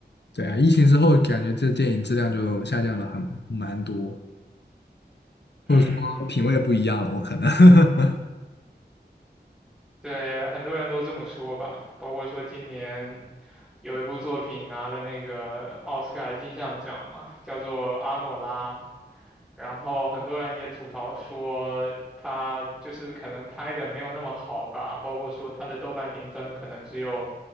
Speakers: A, on the left; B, in the centre.
A: 对啊，疫情之后感觉这电影质量就下降了很蛮多，
B: 嗯，
A: 或者说品味不一样了，我可能。<laughs>
B: 对，很多人都这么说吧，包括说今年有一部作品拿了那个奥斯卡金像奖嘛，叫做《阿诺拉》，然后很多人也吐槽说他就是可能拍的没有那么好吧，包括说他的豆瓣评分可能只有